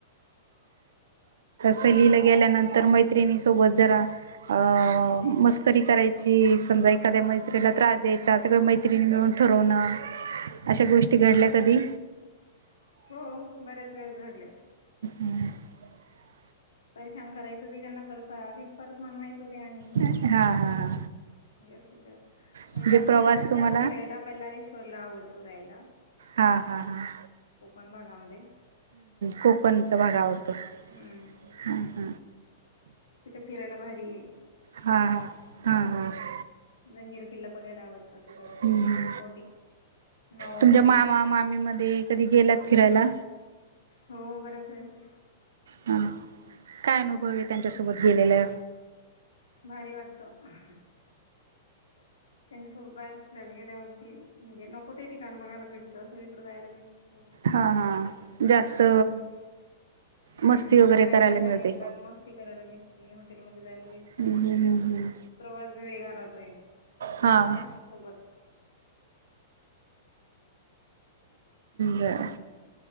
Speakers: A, on the right; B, on the left.
A: सलीला गेल्यानंतर मैत्रिणी सोबत जरा अ मस्करी करायची समजा एाद्या मैत्रीला त्रास द्यायचा सगळ मैत्र मिळून ठवण
B: हम्म
A: अशा गोष्टी घ ल्या कधी
B: हो बर्याच वेळेस घडलेत
A: ह
B: परशान करायचो बी त्यांना परत परत मानवायचो बी आम्ही
A: हा हा हा
B: जास्तीत जास्त म्ह
A: म्हणजे
B: जास्तीत
A: प्रवास
B: जास्त
A: तुम्हाला
B: फिरायला बल्लारेश्वरला आवडतो जायला
A: ह ह ह््म
B: कोकण भागामध्ये
A: कोकणचा त भाग आवडतो
B: हम्म
A: ह ह
B: तिथं फिरायला बाहेारी
A: हा हा हम् हम्
B: जंजीर किल्ला बघायला आवडत तिथं
A: हा
B: ओटी नऊ
A: तुमच्या
B: मध्ये
A: मामा मामी मध्ये कधी गेलात फिरायला
B: हो बर्याच वळेस
A: हा काय अनुभव आहे त्यांच्यासोबत गेलेला
B: भारी वाटतं त्यांच्यासोबत बाहेर खेळायला गेल्यावरती म्हणजे न को ते ठिकाण बघायला भेटतं सगळीकडे जायला भेटतं
A: हा हा जास्त
B: अ हम हम्म
A: मस्ती वगैरे
B: बाहेर
A: करायला
B: फिरायला
A: मिळते
B: गेल्यावर मस्ती करायला भेटते हॉटेलमध्येध्ये जायला भेटत
A: हम्म हम्म हम्म हम्म
B: प्रवास बी वेगळा राहतोय
A: हा
B: घरच्यांसोबत
A: बर